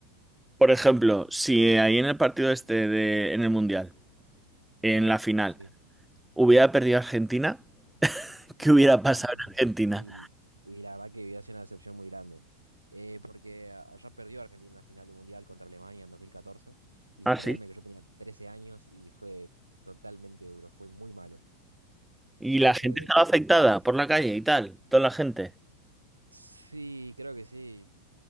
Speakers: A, in the centre; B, on the right.
A: Por ejemplo, si ahí en el partido este de, en el Mundial, en la final,
B: Sí.
A: hubiera perdido Argentina, ¿qué hubiera pasado
B: Y,
A: en Argentina?
B: y, y la verdad que viví hace una decepción muy grande. Eh, porque allá perdió Argentina una final de Mundial contra Alemania en dos mil catorce Y
A: Ah,
B: créeme
A: sí.
B: que yo tenía 13 años y fue totalmente duro, fue muy malo,
A: Y la gente
B: fue
A: estaba
B: tristísimo.
A: afectada por la calle y tal, toda la gente.
B: Sí, creo que sí.